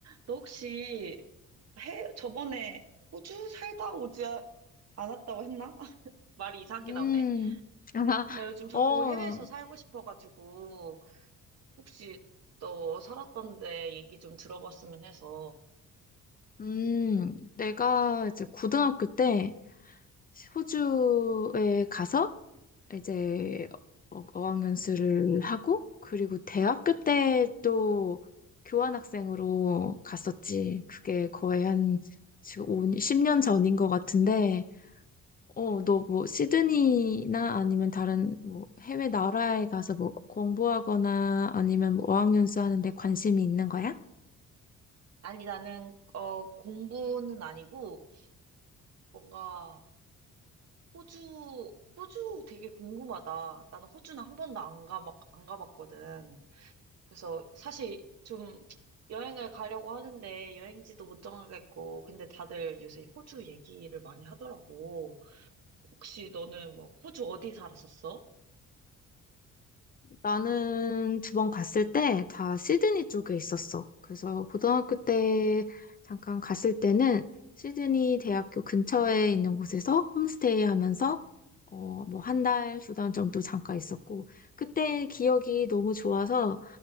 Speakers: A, on the right (about 55°); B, on the left (about 30°).
A: 너 혹시 해, 저번에 호주 살다 오지 아- 않았다고 했나? <laughs> 말이 이상하게
B: 음,
A: 나오네.
B: 아,
A: 나 요즘 자꾸
B: 어,
A: 해외에서 살고 싶어가지고, 혹시 너 살았던 데 얘기 좀 들어봤으면 해서.
B: 음, 내가 이제 고등학교 때 호주에 가서 이제 어- 어학연수를 하고, 그리고 대학교 때 또 교환학생으로 갔었지. 그게 거의 한 지금 오 10년 전인 것 같은데, 어, 너 뭐 시드니나 아니면 다른 뭐 해외 나라에 가서 뭐 공부하거나 아니면 뭐 어학연수 하는데 관심이 있는 거야?
A: 아니, 나는, 어, 공부는 아니고, 뭔가, 호주, 호주 되게 궁금하다. 나는 호주는 한 번도 안 가, 막, 안 가봤거든. 그래서 사실 좀 여행을 가려고 하는데 여행지도 못 정하겠고, 근데 다들 요새 호주 얘기를 많이 하더라고. 혹시 너는 뭐 호주 어디 살았었어?
B: 나는 두 번 갔을 때 다 시드니 쪽에 있었어. 그래서 고등학교 때 잠깐 갔을 때는 시드니 대학교 근처에 있는 곳에서 홈스테이 하면서 어, 뭐 한 달, 두 달 정도 잠깐 있었고 그때 기억이 너무 좋아서